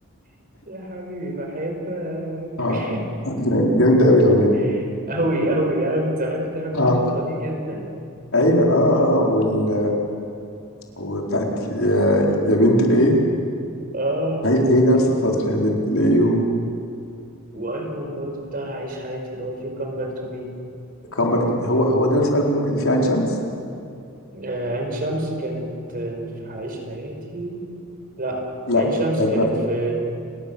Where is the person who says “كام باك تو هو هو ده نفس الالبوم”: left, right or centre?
Left